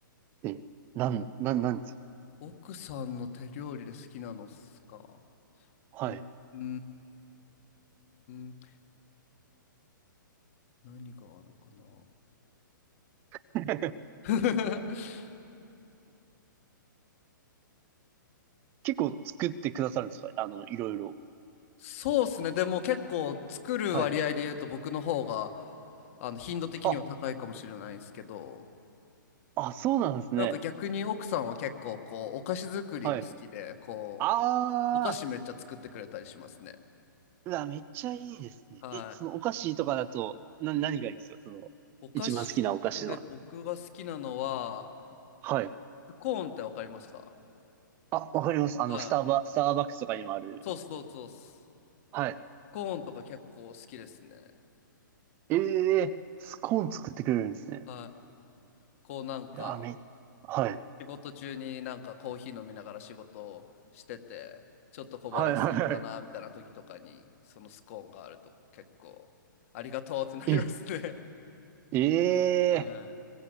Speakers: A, on the right; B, on the left.
A: ってなん、なん、なんですか
B: 奥さんの手料理で好きなのっすか。
A: はい。
B: うん、うーん何があるかな。
A: <laughs>
B: <laughs>
A: 結構作ってくださるんですかあの、いろいろ。
B: そうっすね。でも結構作る割合で言うと僕の方が
A: はい。
B: あの頻度的には高いかもしれないんですけど、
A: あ、あ、そうなんですね。
B: なんか逆に奥さんは結構こうお菓子作りが好きで、
A: はい。
B: こ
A: ああ、
B: うお菓子めっちゃ作ってくれたりしますね。
A: うわ、めっちゃいいですね。
B: はい。
A: え、そのお菓子とかだと、な、何がいいですかその、
B: お菓子で僕が好きなのは、
A: 一番好きなお菓子の。はい。
B: スコーンってわかりますか
A: あ、わかります。あの、
B: は
A: スターバ、スターバックスとかにもある。
B: い。そうそうそうっす。
A: はい。
B: コーンとか結構好きですね。
A: ええスコーン作ってくれるんですね。
B: はい。こうなんか、
A: いや、め、はい。
B: 仕事中になんかコーヒー飲みながら仕事をしてて、ちょっと小腹空いたな、
A: はいはいは
B: みたいな時とかに、そのスコーンがあると結構、ありがとうってなりますね。
A: い。え、ええ
B: <laughs> は